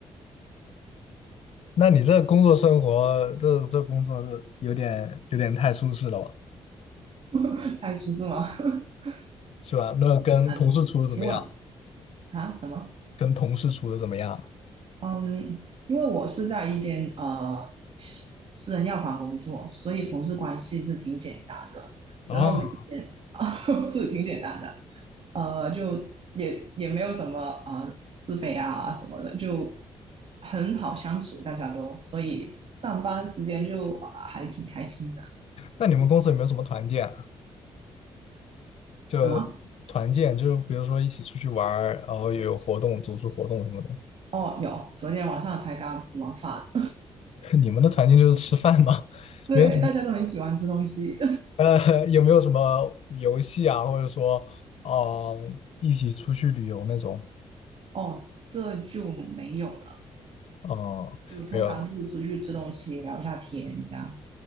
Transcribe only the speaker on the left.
<laughs> 那你这工作生活，这这工作这有点有点太舒适了吧，
是吧？那跟同事处的怎么样？
跟同事处的怎么样？
哦，
那你们公司有没有什么团建啊就
团建，就比如说一起出去玩儿，然后有活动、组织活动什么的。
<laughs> 你们的团建就是吃饭吗？
<laughs>
没有。
呃，<laughs> 有没有什么游戏啊，或者说，嗯，一起出去旅游那种？
嗯，
没有了